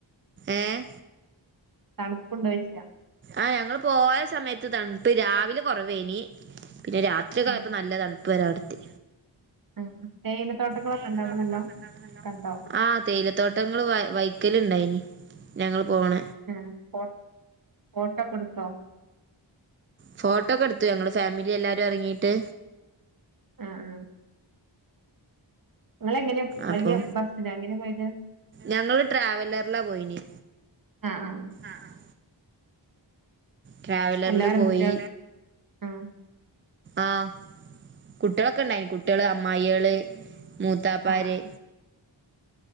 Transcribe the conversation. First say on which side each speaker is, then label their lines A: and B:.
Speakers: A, on the right (about 30°); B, on the right (about 45°).
A: ഏഹ്
B: തണുപ്പുണ്ടോയ്ച്ച
A: ആഹ് ഞങ്ങള് പോയ സമയത്ത് തണുപ്പ് രാവിലെ കുറവേനി പിന്നെ രാത്രി കായപ്പം
B: ഉം
A: നല്ല തണുപ്പ് പ്പരാ വർത്തി
B: ആ തേയില തോട്ടങ്ങളൊക്കെ
A: തേയിലത്തോട്ടങ്ങൾ
B: ഉണ്ടോ അവിടെ നല്ലോം
A: ഉണ്ടോ നാല്ലോ
B: കണ്ടോ
A: ആ തേയിലത്തോട്ടങ്ങൾ വ വൈക്കല് ഉണ്ടായിന് ഞങ്ങൾ പോണ
B: ഉ ഫ ഫോട്ടോ ഒക്കെ എടുത്തോ
A: ഫോട്ടോ ഒക്കെ എടുത്തു ഞങ്ങൾ ഫാമിലി എല്ലാവാരും ഇറങ്ങിയിട്ട്
B: ആഹ് ആഹ് നിങ്ങളെങ്ങനെ
A: അപ്പ
B: വലിയ ബസ്സിനാ എങ്ങനെ പോയത്
A: ഞങ്ങള് ട്രാവലറിലാ പോയിന്
B: ആഹ് ആഹ്
A: ആഹ് ആഹ് ട്രാവലറില്
B: എല്ലാരും
A: പോയി
B: കുട്ടികൾ ആഹ്
A: ആഹ് കുട്ടിളൊക്കെ ഇണ്ടായിന് കുട്ടിള് അമ്മായിള് മൂത്താപ്പാര്
B: ആഹ്